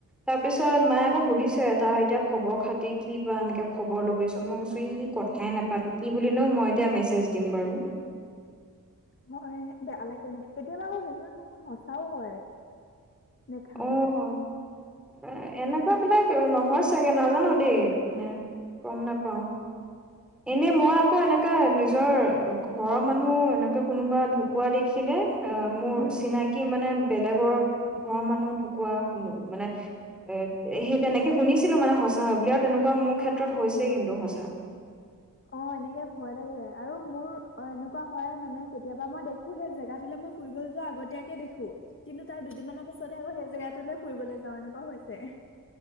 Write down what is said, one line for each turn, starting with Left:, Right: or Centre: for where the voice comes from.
Centre: তাৰ পিছত মায়ে আকৌ সুধিছে তাৰ এতিয়া খবৰ খাতি কি বা এনেকে খবৰ ল'বিচোন, মইছো ই কথাই নাপাতো কি বুলিনো মই এতিয়া
Left: উম,
Centre: মেছেজ দিম বাৰু।
Left: হয় বেয়া লাগে এনেকে কেতিয়াবা আকৌ কিছুমান সপোন সঁচাও হয়। দেখা
Centre: অ'
Left: মতে।
Centre: এনে <unintelligible> বিলাক নহয় চাগে নাজানো দেই মানে গম নাপাও। এনে মই আকৌ এনেকা নিজৰ ঘৰৰ মানুহ এনেকা কোনোবা ঢুকৱা দেখিলে অ' মোৰ
Left: উম।
Centre: চিনাকি মানে বেলেগৰ ঘৰৰ মানুহ ঢুকোৱা শুনো মানে এ - সেই তেনেকে শুনিছিলো মানে সঁচা বুলি আৰু তেনে কুৱা মোৰ ক্ষেত্ৰত
Left: অ'।
Centre: হৈছে কিন্তু সঁচ <unintelligible>
Left: অ' এনেকে ভয় লাগে আৰু মোৰ এনেকুৱা হয় মানে কেতিয়াবা মই দেখো সেই জেগাটোলে মই ফুৰিবলৈ যোৱা আগতীয়াকে দেখো, কিন্তু তাৰ দুদিনমানৰ পাছতে আকৌ সেই জেগাটোলে ফুৰিবলে যাও এনেকুৱা হৈছে।